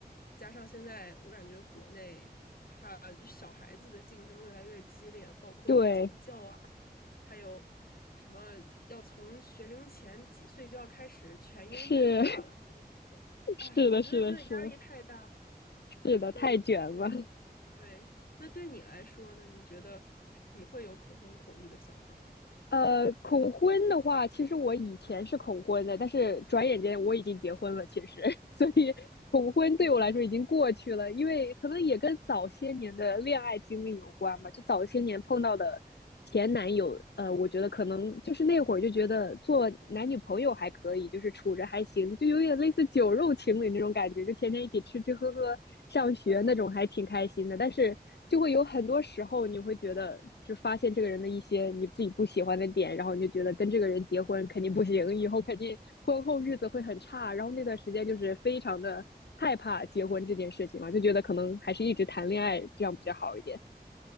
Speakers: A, on the left; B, on the left.
A: 加上现在我感觉国内他小孩子的竞争越来越激烈，包括早教啊，
B: 对，
A: 还有什么要从学龄前几岁就要开始全英对话了，
B: 是。是的，
A: 哎，我觉得真的压力太大。
B: 是的，是的，是的，
A: 嗯，
B: 太卷了。
A: 对。那对你来说呢？你觉得你会有恐婚恐育的想法吗？
B: 呃，恐婚的话，其实我以前是恐婚的，但是转眼间我已经结婚了，其实，<laughs> 所以恐婚对我来说已经过去了，
A: 哦，真的，
B: 因为可能也跟早些年的恋爱经历有关吧。就早些年碰到的前男友，呃，我觉得可能就是那会儿就觉得做男女朋友还可以，就是处着还行，就有点类似酒酒肉情侣那种感觉，就天天一起吃吃喝喝、上学那种，
A: 嗯
B: 还挺开心的。但是就会有很多时候，你会觉得就发现这个人的一些你自己不喜欢的点，然后你就觉得跟这个人结婚肯定不行，以后肯定婚后日子会很差。然后那段时间就是非常的害怕结婚这件事情嘛，就觉得可能还是一直谈恋爱这样比较好一点。